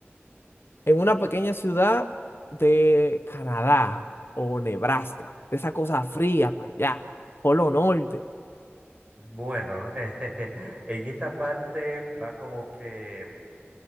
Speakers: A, on the left; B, on the right.
A: en una pequeña ciudad de Canadá o Nebraska, de esa cosa fría para allá, Polo Norte.
B: Bueno, <laughs> en esa parte va como que,